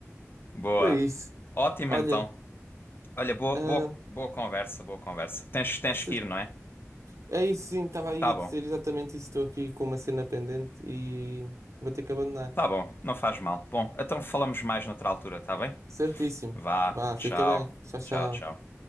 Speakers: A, on the left; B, on the right.
A: Boa,
B: Foi isso.
A: ótimo
B: Olha,
A: então. Olha, boa,
B: ah,
A: boa, boa conversa, boa conversa. Tens, tens
B: se
A: que ir, não é?
B: É isso, sim, estava aí
A: Tá
B: a
A: bom,
B: dizer exatamente isso. Estou aqui com uma cena pendente e vou ter que abandonar.
A: tá bom, não faz mal. Bom, então falamos mais noutra altura, tá bem?
B: Certíssimo.
A: Vá,
B: Vá,
A: tchau,
B: fica bem. Tchau, tchau.
A: tchau, tchau.